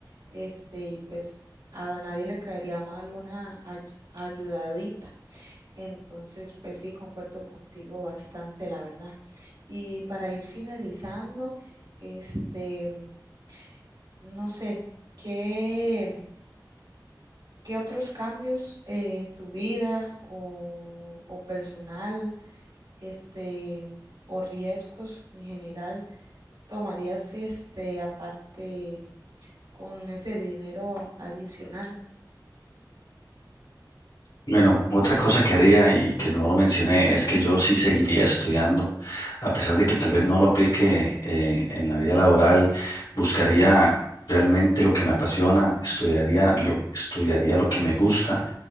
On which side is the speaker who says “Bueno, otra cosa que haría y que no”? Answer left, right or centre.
Left